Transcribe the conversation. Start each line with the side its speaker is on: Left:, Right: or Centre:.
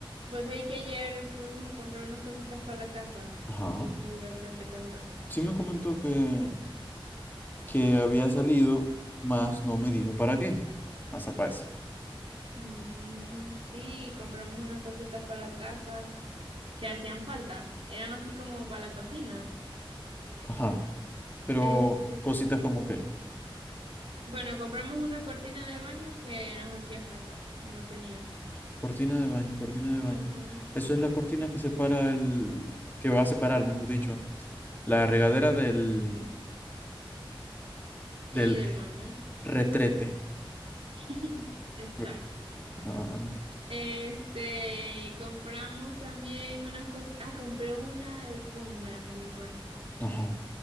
Right: Vos sabés que ayer fuimos a comprar unas cositas para la casa.
Left: Ajá.
Right: No sé si Roxanne te contó.
Left: Sí me comentó que, que había salido, mas no me dijo para qué. Hasta para eso.
Right: Mm, sí, compramos unas cositas para la casa que hacían falta. Eran así como para la cocina.
Left: Ajá. Pero
Right: Este,
Left: cositas como que,
Right: bueno, compramos una cortina de baño que nos hacía falta, que no teníamos.
Left: cortina de baño, cortina de baño.
Right: Ajá.
Left: Eso es la cortina que separa el, que va a separar, mejor dicho, la regadera del,
Right: Sí,
Left: del
Right: del baño.
Left: retrete.
Right: <laughs> Exacto.
Left: Re- ah,
Right: Este, compramos también unas cosas. Ah, compré una alfombra para mi cuarto.
Left: Ajá.